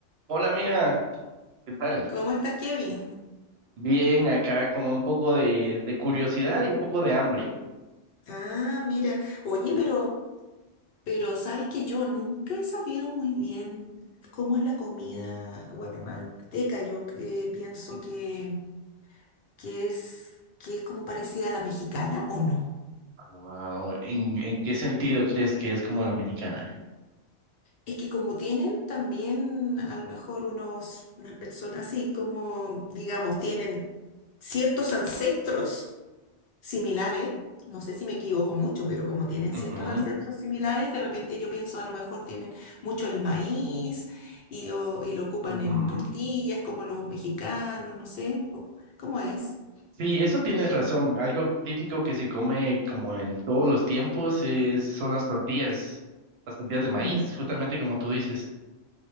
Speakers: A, on the right; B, on the left.
A: Hola amiga, ¿qué tal?
B: ¿Cómo estás, Kevin?
A: Bien, acá con un poco de, de curiosidad y un poco de hambre.
B: Ah, mira. Oye, pero, pero sabes que yo nunca he sabido muy bien cómo es la comida guatemalteca. Yo eh, pienso
A: Ujú.
B: que, que es, que es como parecida a la mexicana o no.
A: Ah, ¿en, en qué sentido crees que es como la mexicana?
B: Es que como tienen también a lo mejor unos, unas personas así como, digamos, tienen ciertos ancestros. similares, no sé si me equivoco mucho, pero como tienen ciertos
A: Ujú,
B: ancestros similares, de repente yo pienso a lo mejor tienen mucho el maíz y lo, y lo ocupan
A: ujú.
B: en tortillas como los mexicanos, no sé, o- ¿cómo es?
A: Sí, eso tienes razón. Algo típico que se come como en todos los tiempos es, son las tortillas, las tortillas de maíz,
B: Ya,
A: justamente como tú dices.